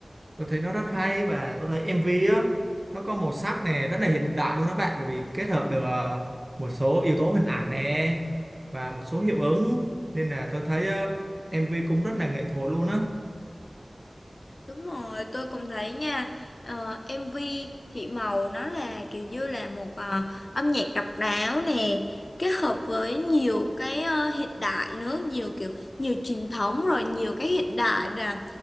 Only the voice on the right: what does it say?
tôi thấy nó rất hay và tôi thấy MV á nó có màu sắc này rất là hiện đại luôn đó bạn bởi vì kết hợp được ờ, một số yếu tố hình ảnh nè và một số hiệu ứng nên là tôi thấy ờ, MV cũng rất là nghệ thuật luôn á